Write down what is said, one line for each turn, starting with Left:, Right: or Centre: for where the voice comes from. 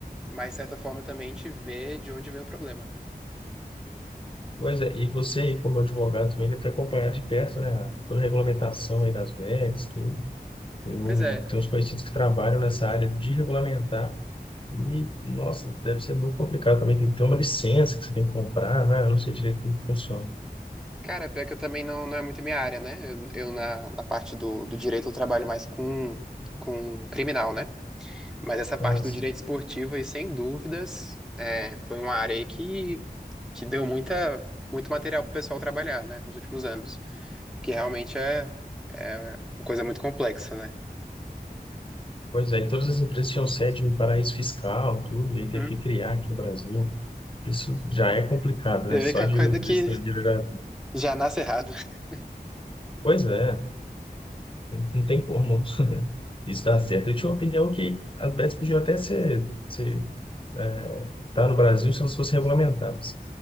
Centre: mas de certa forma também a gente vê de onde vem o problema.
Left: Pois é, e você aí como advogado também deve acompanhar de perto, né, a- toda a regulamentação aí das VETs, tudo. Eu
Centre: Pois é,
Left: tenho uns conhecidos que trabalham nessa área de regulamentar e, nossa, deve ser muito complicado também. Tem que ter uma licença que você tem que comprar, né? Eu não sei direito como funciona.
Centre: Cara, pior que eu também não, não é muito minha área, né? Eu, eu na, na parte do, do direito eu trabalho mais com, com criminal, né? Mas essa parte
Left: Ah,
Centre: do
Left: sim.
Centre: direito esportivo aí, sem dúvidas, é, foi uma área aí que, que deu muita, muito material pro pessoal trabalhar, né? Nos últimos anos. Porque realmente é, é uma coisa muito complexa, né?
Left: Pois é, e todas as empresas tinham sede em paraíso fiscal, tudo, e aí teve
Centre: Hum.
Left: que criar aqui no Brasil. Isso já é complicado,
Centre: Você
Left: né?
Centre: vê
Left: Só
Centre: que é uma
Left: de
Centre: coisa
Left: uma empresa
Centre: que
Left: estrangeira já...
Centre: já nasce errado. <laughs>
Left: Pois é, não tem como isso dar certo. Eu tinha uma opinião que as bets podiam até ser, ser é, tá no Brasil se elas fossem regulamentadas.